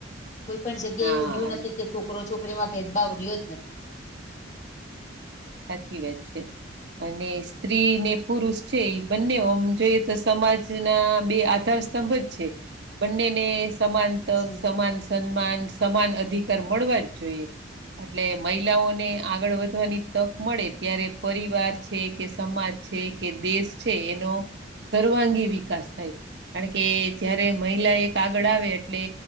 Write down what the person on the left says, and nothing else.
કોઈ પણ જગ્યા
એવું રહ્યું
નથી કે છોકરો છોકરી માં ભેદભાવ રહ્યો જ નથીને
શું